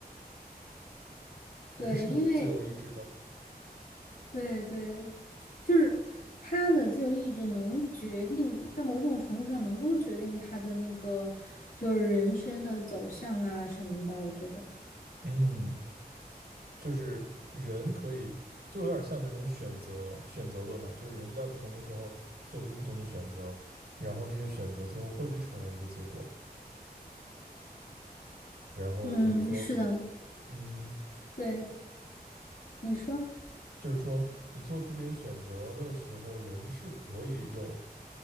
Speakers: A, on the right; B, on the left.
A: 人是有自由意志的，
B: 对，因为对对，就是他的自由意志能决定，在某种程度上能够决定他的那个就是人生的走向啊什么的，我觉得，
A: 嗯。就是人可以，就有点像那种选择选择论嘛，就是人在不同的时候做出不同的选择，然后这些选择最后汇聚成了一个结果，然后就是说，
B: 嗯，是的，
A: 嗯，
B: 对，你说。
A: 就是说你做出这些选择的时候，人是可以有